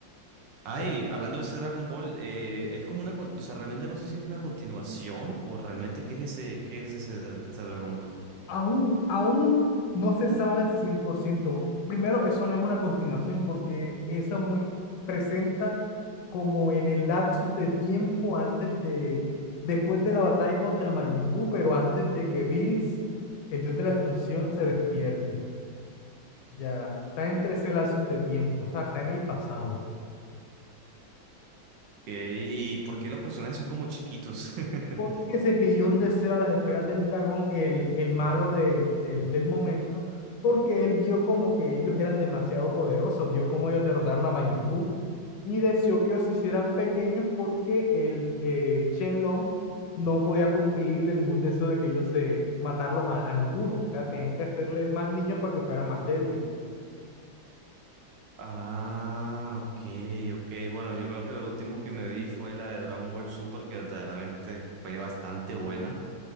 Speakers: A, on the right; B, on the left.
A: Ay,
B: eh,
A: hablando de ese Dragon Ball, eh, es como una... con- O sea, realmente no sé si es una continuación o realmente qué es ese, qué es ese ese Dragon Ball.
B: Aún, aún no se sabe al 100%. Primero, eso no es una continuación porque eso mu- presenta como en el lapsus de tiempo antes de, después de la batalla contra Majin Buu, pero antes de que Bills, el dios de la destrucción, se despierte. Ya, está entre ese lapsus de tiempo, o sea, está en el pasado.
A: ¿Y por qué los personajes son como chiquitos? <laughs>
B: porque se pidió un deseo a las esferas del dragón, el, el malo de- del, del momento, porque él vio como que ellos eran demasiado poderosos, vio como ellos derrotaron a Majin Buu y deseó que ellos se hicieran pequeños porque el eh, Shenlong no podía cumplirle ningún deseo de que ellos se matarlos a, a ninguno, o sea, tenían que hacerle más niños para que fueran más débiles.
A: Ah, ok, ok. Bueno, yo creo que lo último que me vi fue la de Dragon Ball Super, que verdaderamente fue bastante buena.